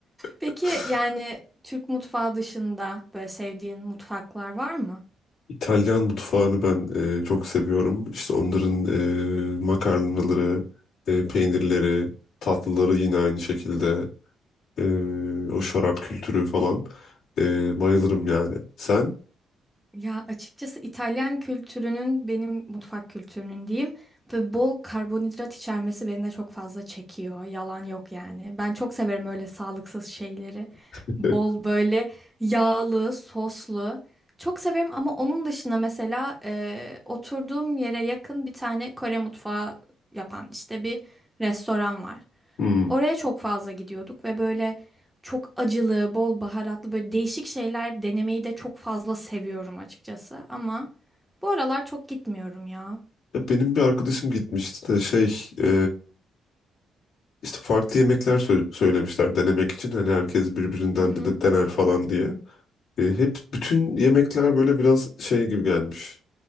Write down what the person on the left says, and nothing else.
<laughs>
İtalyan mutfağını ben e, çok seviyorum. İşte onların e, makarnaları, e, peynirleri, tatlıları yine aynı şekilde. e, o şarap kültürü falan. E, bayılırım yani. Sen?
<laughs>
Hmm.
Ya Benim bir arkadaşım gitmişti de şey e, işte farklı yemekler sö- söylemişler denemek için. Hani herkes birbirinden
de de dener falan diye. E, hep bütün yemekler böyle biraz şey gibi gelmiş.